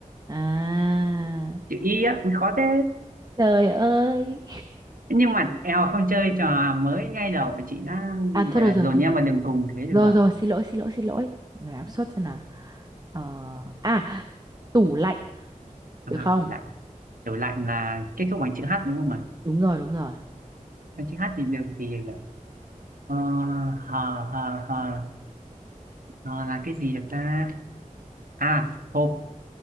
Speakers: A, on the right (about 30°); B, on the right (about 85°).
A: à
B: chữ Y á ui, khó thế
A: trời ơi
B: nhưng mà eo không chơi trò mới ngay đầu mà chị đã
A: à thôi
B: gọi
A: được
B: là
A: rồi
B: dồn
A: thôi
B: em
A: được
B: vào đường cùng thế được
A: rồi
B: à?
A: rồi rồi xin lỗi xin lỗi xin lỗi rồi áp suất xem nào ờ, à tủ lạnh
B: À,
A: được không
B: tủ lạnh Kiểu lạnh là kết thúc bằng chữ H đúng không ạ?
A: đúng rồi đúng rồi
B: Cái Chữ H thì được thì được. Ờ, hờ, hờ, hờ, hờ là cái gì được ta? À, hộp,